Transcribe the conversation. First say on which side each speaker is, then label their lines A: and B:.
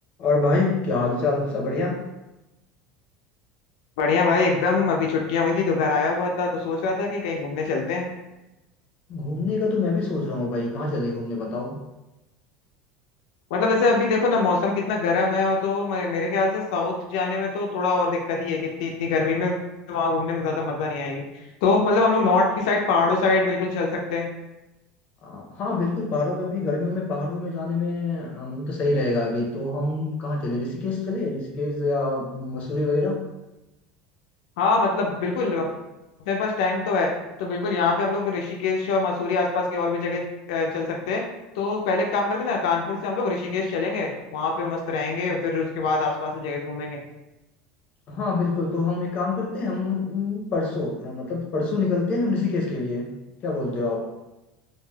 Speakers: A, on the left; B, on the left.
A: और भाई क्या हाल चाल सब बढ़िया
B: बढ़िया भाई एकदम अभी छुट्टियां हुई थी तो घर आया हुआ था तो सोच रहा था कि कहीं घूमने चलते हैं
A: घूमने का तो मैं भी सोच रहा हूँ भाई कहाँ चले घूमने बताओ
B: मतलब जैसे अभी देखो ना मौसम कितना गर्म है और तो मैं- मेरे ख्याल से साउथ जाने में तो थोड़ा और दिक्कत ही है कि इतनी इतनी गर्मी में वहां घूमने में ज्यादा मजा नहीं आएगी तो मतलब हम लोग नॉर्थ की साइड पहाड़ों साइड बिल्कुल चल सकते हैं
A: आ, हाँ बिल्कुल पहाड़ों पे भी गर्मियों में पहाड़ों में जाने में अम, तो सही रहेगा अभी तो हम कहाँ चले ऋषिकेश चले ऋषिकेश या मसूरी वगैरह
B: हाँ मतलब बिल्कुल अपने पास टाइम तो है तो बिल्कुल यहाँ पे हम लोग ऋषिकेश और मसूरी आसपास की और भी जगह अ, चल सकते हैं तो पहले एक काम करते हैं ना कानपुर से हम लोग ऋषिकेश चलेंगे वहां पे मस्त रहेंगे फिर उसके बाद आसपास की जगह घूमेंगे
A: हाँ बिल्कुल तो हम एक काम करते हैं हम अम, परसों अ, मतलब परसों निकलते हैं हम ऋषिकेश के लिए क्या बोलते हो आप